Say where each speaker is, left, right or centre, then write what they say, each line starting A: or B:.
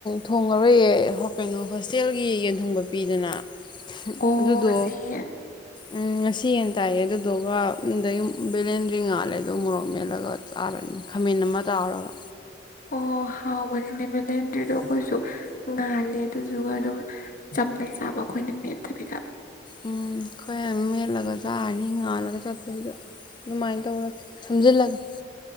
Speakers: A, on the left; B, on the left.
A: ꯊꯣꯡꯉꯔꯣꯏꯌꯦ ꯀꯩꯅꯣ ꯍꯣꯁꯇꯦꯜꯒꯤ ꯌꯦꯟ ꯊꯪꯕ ꯄꯤꯗꯅ
B: ꯑꯣ
A: ꯑꯗꯨꯗꯣ
B: ꯉꯁꯤ ꯌꯦꯟ
A: ꯎꯝ ꯉꯁꯤ ꯍꯦ ꯇꯥꯛꯌꯦ ꯑꯗꯨꯗꯨꯒ ꯑꯗꯩ ꯕꯦꯂꯦꯟꯗ꯭ꯔꯤ ꯉꯥꯜꯂꯦ ꯑꯗꯨꯣ ꯃꯣꯔꯣꯛ ꯃꯦꯠꯂꯒ ꯆꯥꯔꯅꯤ ꯈꯥꯃꯦꯟ ꯑꯃ ꯇꯥꯎꯔꯒ
B: ꯑꯣ ꯍꯥꯎ ꯀꯗ꯭ꯗ ꯀꯁꯨ ꯉꯥꯜꯂꯦ ꯑꯗꯨꯗꯨꯒ ꯑꯗꯨꯝ ꯆꯝꯅ ꯆꯥꯕ ꯑꯩꯈꯣꯏꯅ ꯃꯦꯠꯇꯕꯤꯗ
A: ꯎꯝ ꯑꯩꯈꯣꯏ ꯃꯦꯜꯂꯒꯖꯅꯤ ꯑ ꯉꯥꯜꯂꯒ ꯆꯠꯄꯗ ꯑꯗꯨꯃꯥꯏꯅ ꯇꯧꯔꯒ ꯊꯝꯖꯤꯜꯂꯒꯦ